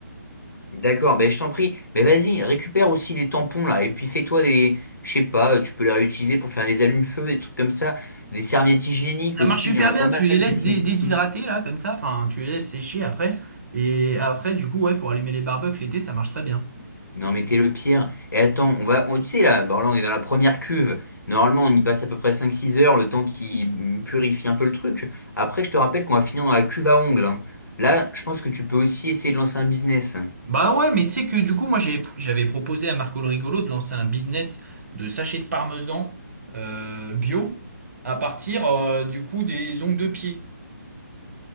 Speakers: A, on the left; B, on the right.
A: D'accord, ben je t'en prie. Mais vas-y, récupère aussi les tampons là, et puis fais-toi des, je sais pas, tu peux les réutiliser pour faire des allumes-feu, des trucs comme ça, des serviettes hygiéniques
B: Ça
A: aussi,
B: marche super
A: il y en a
B: bien,
A: pas mal
B: tu les laisses
A: qui finissent
B: dé- déshydrater
A: ici.
B: là, comme ça, enfin tu les laisses sécher après. Et après, du coup, ouais, pour allumer les barbecues l'été, ça marche très bien.
A: Non mais t'es le pire. Et attends, on va, on, tu sais là, bon là on est dans la première cuve. Normalement on y passe à peu près cinq-six heures, le temps qui purifie un peu le truc. Après je te rappelle qu'on va finir dans la cuve à ongles. hein. Là, je pense que tu peux aussi essayer de lancer un business. hein.
B: Bah ouais, mais tu sais que du coup, moi j'avais j'avais proposé à Marco le Rigolo de lancer un business de sachets de parmesan euh, bio à partir euh, du coup des ongles de pied.